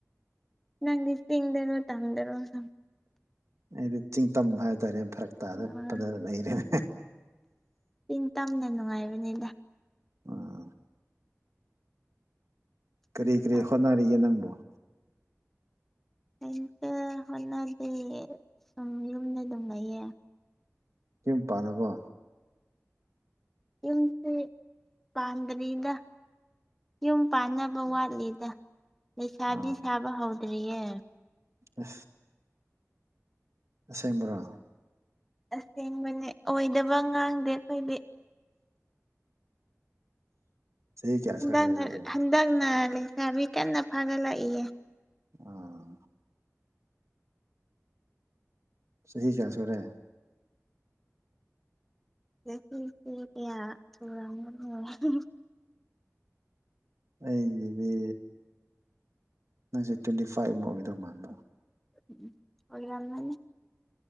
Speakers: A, in the centre; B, on the right (about 65°).
A: ꯅꯪꯗꯤ ꯇꯤꯡꯗꯅꯣ ꯇꯝꯗꯅꯣ ꯁꯝ
B: ꯑꯩꯗꯤ ꯆꯤꯡꯇꯝ ꯍꯥꯏꯇꯥꯔꯦ ꯐꯔꯛ ꯇꯥꯗꯄꯗ
A: ꯑꯥ
B: ꯂꯩꯔꯦꯅꯦ
A: ꯏꯤꯟ ꯇꯝꯅ ꯅꯨꯡꯉꯥꯏꯕꯅꯤꯗ
B: ꯎꯝ
A: ꯆꯤꯡ
B: ꯀꯔꯤ ꯀꯔꯤ
A: ꯇꯝ
B: ꯍꯣꯠꯅꯔꯤꯒꯦ ꯅꯪꯕꯨꯣ
A: ꯑꯩꯝꯇ ꯍꯣꯠꯅꯗꯤꯦ ꯁꯨꯝ ꯌꯨꯝꯗ ꯑꯗꯨꯝ ꯂꯩꯌꯦ
B: ꯇꯨꯝ ꯄꯥꯜꯂꯒꯣ
A: ꯄꯨꯁ ꯄꯥꯟꯗꯔꯤꯗ ꯌꯨꯝ ꯄꯥꯟꯅꯕ ꯋꯥꯠꯂꯤꯗ ꯂꯩꯁꯥꯕꯤ
B: ꯑꯥ
A: ꯁꯥꯕ ꯍꯧꯗ꯭ꯔꯤꯌꯦ
B: ꯑ ꯑꯁꯦꯡꯕꯣꯔꯥ
A: ꯑꯁꯦꯡꯕꯅꯦ ꯑꯣꯏꯗꯕ ꯉꯥꯡꯗꯦ ꯑꯩꯈꯣꯏꯗꯤ
B: ꯆꯍꯤ ꯀꯌꯥ ꯁꯨꯔꯦ
A: ꯍꯟꯗꯛ
B: ꯑꯗꯨꯗꯤ
A: ꯍꯟꯗꯛꯅ ꯂꯩꯁꯥꯕꯤ ꯀꯟꯅ ꯐꯥꯒꯠꯂꯛꯏꯌꯦ
B: ꯎꯝ ꯁ ꯆꯍꯤꯤ ꯆꯥ ꯁꯔꯦ
A: ꯀꯌꯥ ꯊ
B: ꯑꯩꯒꯤꯗꯤ ꯅꯪꯁꯦ ꯇ꯭ꯋꯦꯟꯇꯤ ꯐꯥꯏꯚ ꯑꯃꯨꯝꯕ ꯑꯣꯏꯗꯧ ꯃꯜꯥꯟꯕꯣ
A: ꯎꯝ ꯑꯣꯏ ꯀꯅꯤ